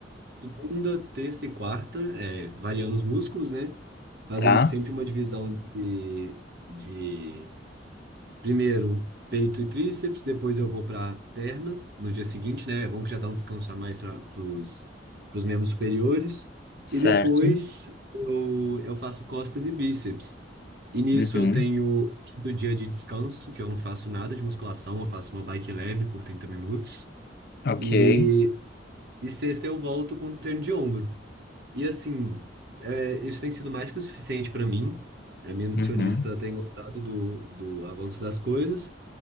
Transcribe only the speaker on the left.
tá,
certo.
Uhum,
ok.
Uhum,